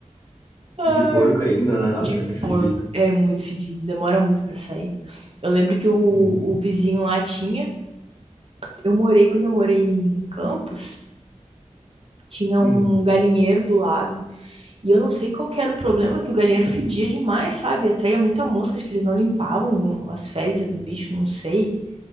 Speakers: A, on the right (about 50°); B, on the left (about 25°).
A: Ai,
B: E de porco ainda, né? Nossa,
A: de
B: é muito
A: porco
B: fedido.
A: é muito fedido, demora muito pra sair. Eu lembro que o,
B: Uhum.
A: o vizinho lá tinha. Eu morei, quando eu morei em Campos, tinha
B: Hum.
A: um galinheiro do lado. E eu não sei qual que era o problema, que o galinheiro fedia demais, sabe? Atraía muita mosca, acho que eles não limpavam as fezes do bicho, não sei.